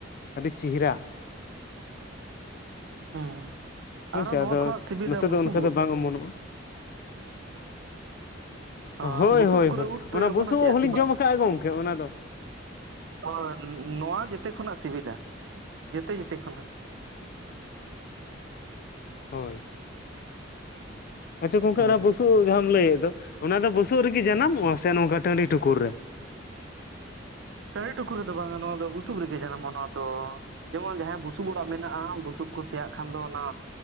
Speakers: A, on the left (about 50°); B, on the right (about 65°).
A: ᱟᱹᱰᱤ ᱪᱮᱦᱤᱨᱟ᱾
B: ᱦᱩᱸ,
A: ᱦᱳᱭᱥᱮ
B: ᱟᱨᱚ ᱱᱚᱣᱟ
A: ᱟᱫᱚ
B: ᱠᱷᱣᱟᱜ ᱥᱤᱵᱤᱞᱟ
A: ᱱᱚᱛᱮ
B: ᱵᱩᱥᱩᱵ
A: ᱫᱚ ᱚᱱᱠᱟ ᱫᱚ
B: ᱩᱫᱽ᱾
A: ᱵᱟᱝ ᱚᱢᱚᱱᱚᱜᱼᱟ,
B: ᱦᱚᱸ
A: ᱦᱳᱭ,
B: ᱵᱩᱥᱩᱵ
A: ᱦᱳᱭ,
B: ᱠᱚᱨᱮ
A: ᱦᱳᱭ
B: ᱩᱫ
A: ᱚᱱᱟ
B: ᱯᱮ ᱚᱢᱚᱱ
A: ᱵᱩᱥᱩᱵ
B: ᱦᱚᱪᱚᱭᱟ
A: ᱦᱚᱸ
B: ᱥᱮ
A: ᱞᱤᱧ
B: ᱵᱟᱝ?
A: ᱡᱚᱢ ᱟᱠᱟᱜᱼᱟ ᱜᱚᱝᱠᱮ ᱚᱱᱟ ᱫᱚ᱾
B: ᱦᱳᱭ ᱱᱚᱣᱟ ᱡᱮᱛᱮ ᱠᱷᱚᱱᱟᱜ ᱥᱤᱵᱤᱞᱟ ᱡᱮᱛᱮ ᱡᱮᱛᱮ ᱠᱷᱚᱱᱟᱜ᱾
A: ᱦᱳᱭ᱾ ᱟᱪᱪᱷᱟ ᱜᱚᱝᱠᱮ
B: ᱦᱩᱸ
A: ᱚᱱᱟ ᱵᱩᱥᱩᱵ ᱡᱟᱦᱟᱸᱢ ᱞᱟᱹᱭ ᱮᱫ ᱫᱚ᱾ ᱚᱱᱟ ᱫᱚ ᱵᱩᱥᱩᱵ ᱨᱮᱜᱮ ᱡᱟᱱᱟᱢᱚᱜᱼᱟ ᱥᱮ ᱱᱚᱝᱠᱟ ᱴᱟᱺᱰᱤ ᱴᱩᱠᱩᱨ ᱨᱮ?
B: ᱴᱟᱲᱤ ᱴᱩᱠᱩᱨ ᱨᱮᱫᱚ ᱵᱟᱝᱟ ᱱᱚᱣᱟ ᱫᱚ ᱵᱩᱥᱩᱵ ᱨᱮᱜᱮ ᱡᱟᱱᱟᱢᱚᱜᱼᱟ ᱱᱚᱣᱟ ᱫᱚ᱾ ᱡᱮᱢᱚᱱ ᱡᱟᱦᱟᱸᱭᱼᱟᱜ ᱵᱩᱥᱩᱵ ᱚᱲᱟᱜ ᱢᱮᱱᱟᱜᱼᱟ ᱾ ᱵᱩᱥᱩᱵ ᱠᱚ ᱥᱮᱭᱟᱜ ᱠᱷᱟᱱ ᱫᱚ ᱚᱱᱟ